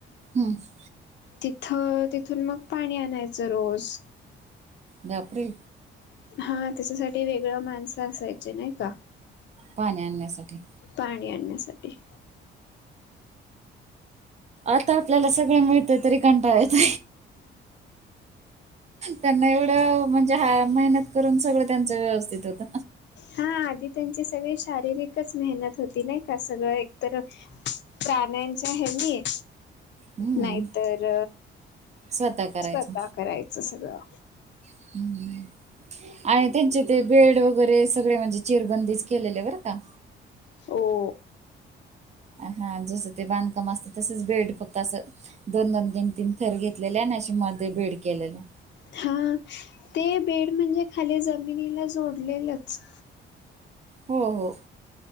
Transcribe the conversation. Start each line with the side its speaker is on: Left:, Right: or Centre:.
Right: हम्म
Left: तिथं ते इथून मग पाणी आणायचं रोज
Right: बापरे
Left: हा त्याच्यासाठी वेगळं माणसं असायची नाही का
Right: पाणी आणण्यासाठी.
Left: पाणी आणण्यासाठी.
Right: आता आपल्याला सगळे मिळत तरी कंटाळ येतो. त्यांना एवढं म्हणजे हा मेहनत करून सगळं त्यांच व्यवस्थित होत.
Left: हा आधी त्यांची सगळी शारीरिकच मेहनत होती नाही का सगळं एकतर प्राण्यांच्या हेनी
Right: हम्म
Left: नाहीतर
Right: स्वतः करायचं
Left: स्वतः करायचं सगळं.
Right: <unintelligible> आणि त्यांचे ते बेड वगैरे सगळे म्हणजे चिरबंदीच केलेले बरं का.
Left: हो.
Right: हा जसं ते बांधकाम असतं तसच बेड फक्त असं दोन-दोन, तीन-तीन थर घेतलेले आणि अशी मध्ये बेड केलेला.
Left: हा ते बेड म्हणजे खाली जमिनीला जोडलेलंच.
Right: हो हो.